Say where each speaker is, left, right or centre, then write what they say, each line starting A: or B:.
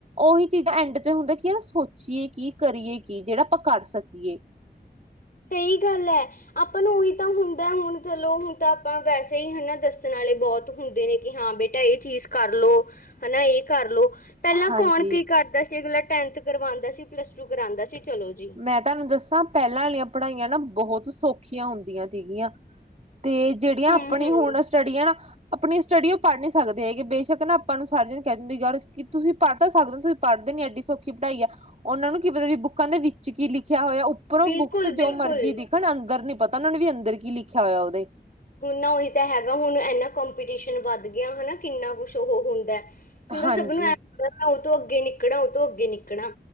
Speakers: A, on the right (about 40°); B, on the left (about 55°).
A: ਉਹੀ ਚੀਜ਼ਾਂ ਐਂਡ ਤੇ ਹੁੰਦਾ ਕਿਆ ਸੋਚੀਏ ਕੀ, ਕਰੀਏ ਕੀ? ਜਿਹੜਾ ਕਰ ਸਕੀਏ, ਅਪ
B: ਸਹੀ, ਗੱਲ ਐ। ਆਪਾਂ ਨੂੰ ਉਹੀ ਤਾਂ ਹੁੰਦਾ ਹੁਣ ਚਲੋ, ਹੁਣ ਤਾਂ ਆਪਾਂ ਵੈਸੇ ਹੀ ਹਨਾ, ਦੱਸਣ ਵਾਲੇ ਬਹੁਤ ਹੁੰਦੇ ਨੇ ਕਿ ਹਾਂ ਬੇਟੇ ਇਹ ਚੀਜ਼ ਕਰਲੋ, ਹੈਨਾ ਇਹ ਕਰਲੋ। ਪਹਿਲਾਂ
A: ਹਾਂਜੀ
B: ਕੌਣ ਕੀ ਕਰਦਾ ਸੀ? ਅਗਲਾ ਟੈਂਨਥ ਕਰਵਾਉਂਦਾ ਸੀ‌‌‌‌‌, ਪਲੱਸ ਟੂ ਕਰਾਉਂਦਾ ਸੀ, ਚਲੋ ਜੀ।
A: ਮੈਂ ਤੁਹਾਨੂੰ ਦੱਸਾਂ, ਪਹਿਲਾਂ ਵਾਲੀਆਂ ਪੜ੍ਹਾਈਆਂ ਨਾ ਬਹੁਤ ਸੌਖੀਆਂ ਹੁੰਦੀਆਂ ਸੀਗੀਆਂ। ਤੇ, ਜਿਹੜੀਆਂ
B: ਹੂੰ
A: ਆਪਣੀ
B: ਹੂੰ
A: ਹੁਣ ਸਟਡੀਆਂ ਆਪਣੀ ਸਟੱਡੀ ਉਹ ਪੜ੍ਹ ਨਹੀਂ ਸਕਦੇ, ਯੇ ਬੇਸ਼ੱਕ ਨਾ ਆਪਾਂ ਨੂੰ ਸਾਰੇ ਜਣੇਕਹਿੰਦੇ ਯਾਰ ਕਿ ਤੁਸੀਂ ਪੜ੍ਹ ਤਾਂ ਸਕਦੇ ਹੋ ਤੁਸੀਂ ਪੜ੍ਹਦੇ ਨੇ, ਐਡੀ ਸੌਖੀ ਪੜ੍ਹਾਈ ਹੈ ਉਹਨਾ ਨੂੰ ਕੀ ਪਤਾ ਵੀ? ਬੁੱਕਾਂ ਦੇ ਵਿੱਚ ਕੀ ਲਿਖਿਆ ਹੋਇਆ ਅਉ ਪਰ, ਉਹ
B: ਬਿਲਕੁਲ
A: ਬੁੱਕਸ
B: ਬਿਲਕੁਲ
A: ਜੋ ਮਰਜੀੀ ਦਿਖਣ ਅੰਦਰ ਨੀ ਪਤਾ ਉਹਨਾਂ ਨੇ ਵੀ ਅੰਦਰ ਕੀ ਲਿਖਿਆ ਹੋਇਆ ਉਹਦੇ।
B: ਹੁਣ, ਨਾ ਉਹੀ ਤਾਂ ਹੈਗਾ। ਹੁਣ ਇਨਾ ਕੰਪੀਟੀਸ਼ਨ ਵੱਧ ਗਿਆ ਹੈਨਾ, ਕਿੰਨਾ ਕੁਛ ਉਹ ਹੁੰਦਾ। ਹੁੰਣਦਾ
A: ਹਾਂਜੀ
B: ਸਭ ਨੂੰ, ਐ ਲਗਦਾ ਉਤੋਂ ਅੱਗੇ ਨਿਕਣਾ ਉਤੋਂ ਅਗੇ ਨਿਕਣਾ।